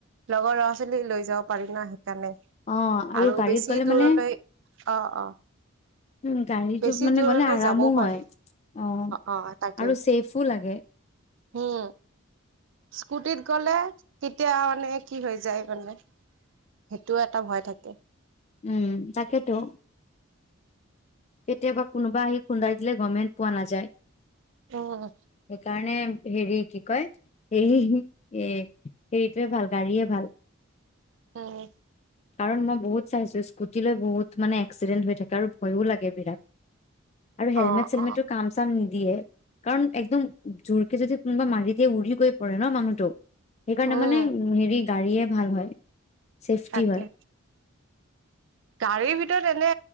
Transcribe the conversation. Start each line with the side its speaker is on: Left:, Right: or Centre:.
Right: লগৰ ল'ৰা ছোৱালী লৈ যাব পাৰিম নাই। সেইকাৰণে
Left: অ',
Right: আৰু
Left: গাড়ীত
Right: বেছি
Left: গ'লে মানে
Right: দূৰলৈ অ অ।
Left: উম গাড়ীটো
Right: বেছি
Left: মানে
Right: দূৰলৈ
Left: গ'লে আৰামো
Right: যাবও
Left: হয়।
Right: পাৰি
Left: অ
Right: অ তাকে
Left: আৰু ছেফো লাগে।
Right: উম স্কুটিত গ'লে তেতিয়া মানে কি হৈ যায় মানে। সেইটোও এটা ভয় থাকে।
Left: উম তাকেইতো। কেতিয়াবা কোনোবা আহি খুন্দাই দিলে গভমেণ্ট পোৱা নাযায়।
Right: উম
Left: সেইকাৰণে। হেৰি কি কয় হেৰি এ হেৰিটয়ে ভাল গাড়ীয়ে ভাল।
Right: উম।
Left: কাৰণ মই বহুত চাইছো স্কুটিলৈ বহুত মানে এক্সিডেণ্ট হৈ থাকে আৰু ভয়ো লাগে বিৰাট। আৰু হেলমেট
Right: অ
Left: চেলমেটটো
Right: অ
Left: কাম চাম নি দিয়ে কাৰণ একদম জোৰকে যদি কোনোবা মাৰি দিয়ে উৰি গৈ পৰে ন মানুহটো সেইকাৰণে
Right: উম
Left: মানে হেৰি গাড়ীয়ে ভাল হয়। চেফটি
Right: থাকে।
Left: <unintelligible>
Right: গাড়ীৰ ভিতৰত এনে